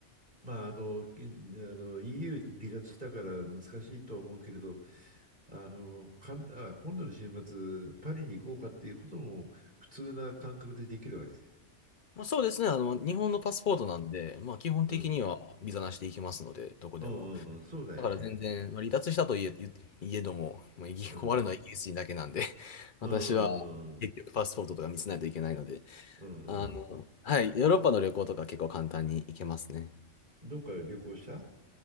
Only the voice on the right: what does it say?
まあ、あの、あの EU 離脱したから難しいとは思うけれど、あの、かん、あ、今度の週末、パリに行こうかっていうことも普通な感覚でできるわけ。
うん。
うんうんうん、そうだよね。
うん。
うんうんうん。
うんうん。
どっか旅行した